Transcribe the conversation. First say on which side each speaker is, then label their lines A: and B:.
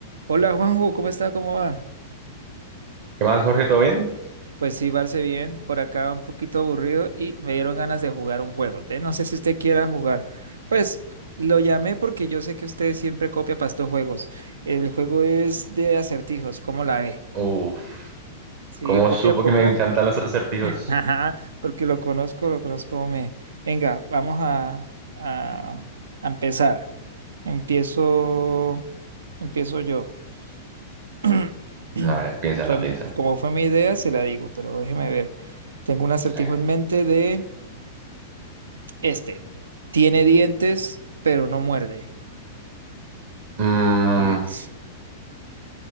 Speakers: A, on the right; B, on the right.
A: Hola Juanjo, ¿cómo está? ¿Cómo va?
B: ¿Qué más, Jorge? ¿Todo bien?
A: Pues sí, Barce, bien. Por acá un poquito aburrido y me dieron ganas de jugar un juego. Entonces, no sé si usted quiera jugar. Pues lo llamé porque yo sé que usted siempre copia para estos juegos. El juego es de acertijos, ¿cómo la ve?
B: Uf,
A: Sí,
B: ¿cómo
A: copia,
B: supo
A: copia.
B: que me encantan los acertijos?
A: <laughs> Ajá, porque lo conozco, lo conozco. Me... Venga, vamos a, a, a empezar. Empiezo, empiezo yo. <clears throat>
B: A ver, piénsala,
A: Fue,
B: piénsala.
A: como fue mi idea, se la digo, pero déjeme ver. Tengo un acertijo
B: A
A: en mente de este. Tiene dientes, pero no muerde.
B: Mm,
A: ¿Qué es?